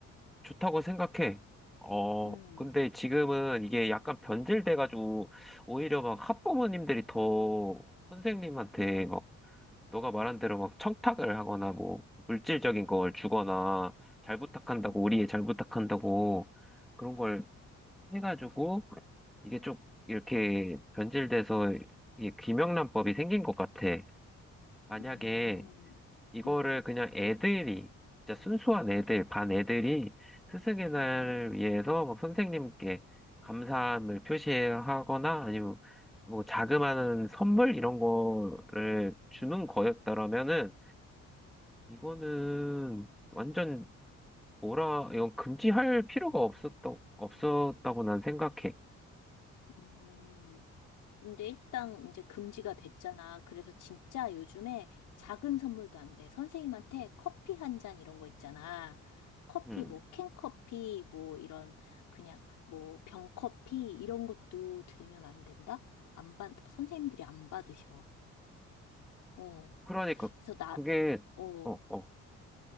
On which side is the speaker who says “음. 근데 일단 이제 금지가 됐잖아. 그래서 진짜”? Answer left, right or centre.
Left